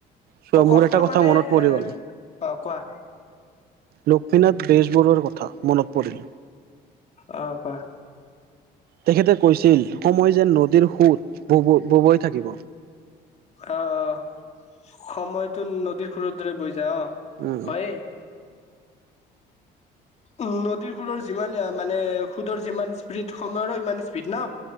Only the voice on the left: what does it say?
কষ্ট
মানে
এ,
অ, কোৱা?
অ, কোৱা।
আহ সময়তো নদীৰ সুৰৰ দৰে বৈ যায়
হয়। উ, নদীৰ সুুৰৰ যিমান মানে সুদৰ যিমান স্পীড সময়ৰো ইমান স্পীড ন।